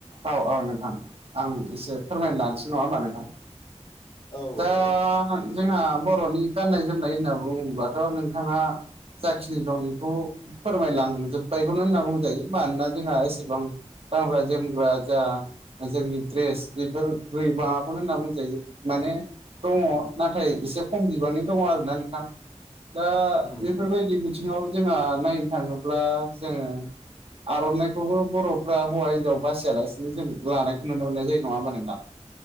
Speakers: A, on the right; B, on the left.
A: औ औ नोंथां आं एसे फोरमायनो
B: औ
A: लानोसै नङा होमबा नोंथां
B: औ
A: दा
B: औ औ
A: जोंहा बर'नि गाननाय जोमनाय होनना बुङोब्लाथ' नोंथांआ जाखिनि दं बेखौ फोरमायलांजोब्बायखौनो होनना बुंजायो मानोना जोंहा एसेबां गानग्रा जोमग्रा जा जोंनि द्रेस बेफोर गै बांआखौनो होनना बुंजायो माने दङ
B: औ
A: नाथाय एसे खम बिबांनि दङ आरोना नोंथां दा
B: उम
A: बेफोरबादि
B: उम
A: बिथिंआव जोंहा नायनो थाङोब्ला जोङो आर'नाइखौबो बर'फ्रा हौवा हिनजाव बासिआलासिनो जों लानायखौ नुनो मोननाय जायो नङा होमबा नोंथां